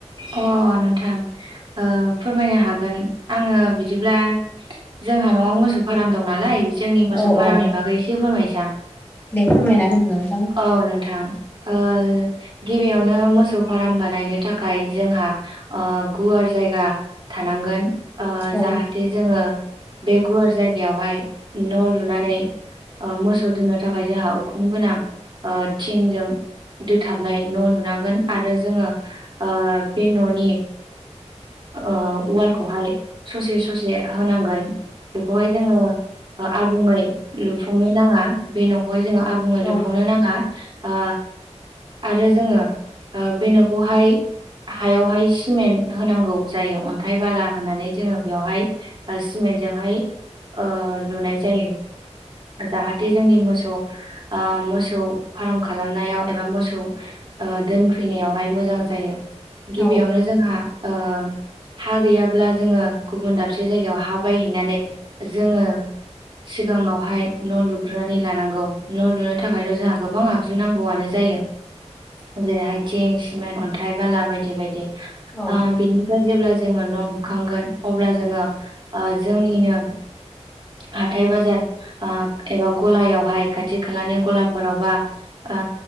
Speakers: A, on the right (about 45°); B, on the left (about 20°).
A: अ नोंथां, ओ फोरमायनो हागोन, आङो बिदिब्ला। जोंहा न'आव मोसौ फारम दं नालाय, जोंनि मोसौ
B: औ
A: फारामनि
B: औ
A: बागै एसे फोरमायनोसै आं।
B: दे फोरमायना होदों नों
A: औ नोंथां ओ गिबियावनो मोसौ फाराम बानायनो थाखाय जोंहा गुवार आ जायगा थानांगोन। आ
B: औ
A: जाहाथे जोङो बे गुवार जायग जायगायावहाय न' लुनानै ओ मोसौ दोननो थाखाय जोहा उखुम गोनां आ थिनजों दोथाबनाय न' लुनांगोन आरो जोङो ओ बे न'नि ओ वालखौहाय ससे ससे होनांगोन बेखौहाय जोङो ओ आबुङै लुफुंनो नाङा बे न'खौहाय जोङो आबुङै
B: औ
A: लुफुंनो नाङा आ आरो जोङो ओ न'खौहाय हायावहाय सिमेन्ट होनांगौ गौ जायो अन्थाइ बाला होनानै जोङो बेयावहाय सिमेन्टजोंहाय ओ लुनाय जायो। जाहाथे जोंनि मोसौ आ मोसौ फाराम खालामनायाव एबा मोसौ ओ दोनफैनायावहाय मोजां जायो। गिबियावनो
B: औ
A: जोंहा ओ हा गैयाब्ला जोङो गुबुन दाबसे जायगायाव हा बायहैनानै जोङो सिगाङावहाय न' लुग्रोनानै लानांगौ न' लुनो थाखायथ' जोंहा गोबां आगजु नांगौआनो जायो। जेरैहाय थिं सिमेन्ट अन्थाइ बाला बायदि बायदि।
B: औ
A: आ बिनिफ्राय जेब्ला जोङो न' लुखांगोन अब्ला जोङो आ जोंनिनो हाथाइ बाजार आ एबा गलायावहाय खाथि खालानि गलाफोरावबा आ